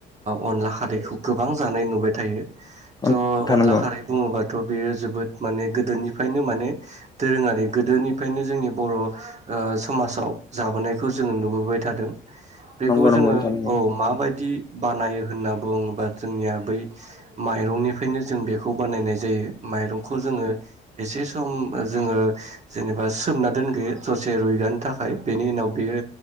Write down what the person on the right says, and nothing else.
अनला खारैखौ गोबां जानाय नुबाय थायो।
थ'
अनला
खारै बुङोबाथ' बेयो जोबोद माने गोदोनिफ्रायनो माने दोरोङारि गोदोनिफ्रायनो जोंनि बर' समाजाव जाबोनायखौ जोङो नुबोबाय थादों। बेखौ
जोङो
औ मा बायदि बानायो होनना बुङोबा जोंनिया बै माइरंनिफ्रायनो जों बेखौ बानायनाय जायो। माइरंखौ जोङो एसे सम जोङो जेनेबा सोमना दोनग्रोयो। दसे रुयगानो थाखाय बेनि उनाव बेयो